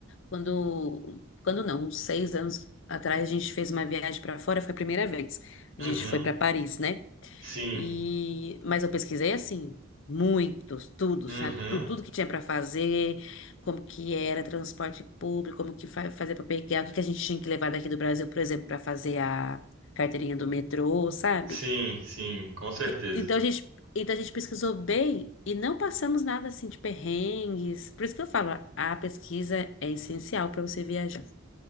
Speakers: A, on the left (about 60°); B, on the right (about 75°).
A: quando, quando não, uns seis anos atrás, a gente fez uma viagem para fora, foi a primeira vez. A
B: Uhum.
A: gente foi para Paris, né?
B: Sim.
A: E, mas eu pesquisei assim, muitos, tudo,
B: Uhum.
A: sabe? Tu- Tudo, que tinha para fazer, como que era transporte público, como que fa fazer para pegar, o que que a gente tinha que levar daqui do Brasil, por exemplo, para fazer a carteirinha do metrô, sabe?
B: Sim, sim, com certeza.
A: E- então a gente, então a gente pesquisou bem e não passamos nada assim de perrengues. Por isso que eu falo, a pesquisa é essencial para você viajar.